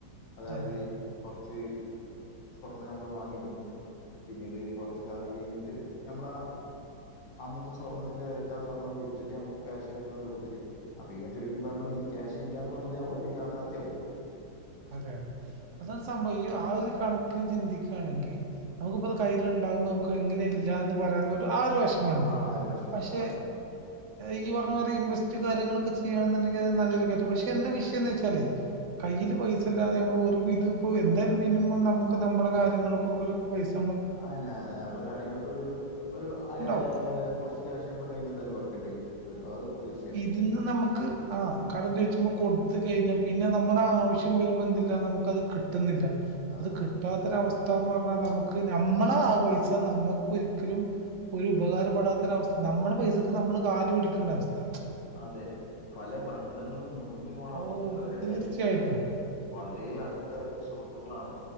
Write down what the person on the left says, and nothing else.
അതായത്
കൊർച്ച് സ്വർണം ഞമ്മള് വാങ്ങിയിട്ന്നു പിന്നീട് കൊർച്ച് കാലം കെയ്ഞ്ഞിട്ട് ഞമ്മളാ അന്നത്തെ സ്വർണ്ണത്തിന്റെ വെലക്ക് ആഹ് സ്വർണം വിറ്റിട്ട് നമുക്ക് ക്യാഷ് കിട്ട്ണ രൂപത്തില് അപ്പൊ ഇവൻ ചോയ്ക്ക്മ്പോ നമ്മളി ക്യാഷ് ഇല്ലാന്ന് പർഞ്ഞത് ഒര് യാഥാർത്ഥ്യാവേ
ആ ഒരു വിഷമമുണ്ട്
ആ ഒരു
ഉം.
ആന്നെ അനെ നമ്മള് കാര്യങ്ങളൊക്കൊരു ഒരു ഏഹ്
കൊർച്ച് ക്യാഷ് ഞമ്മള് കയ്യിലെന്തായാലും വെക്കേണ്ട്യെരും അത് തീർച്ചയായും
അതെ
അതെ പല ബന്ധങ്ങളും മുറിഞ്ഞു പോണ
അവസ്ഥകള് വരേണ്ടായിട്ട്ണ്ട്
അതായത് വളരേ അട്ത്ത സുഹൃത്തുക്കളാണ്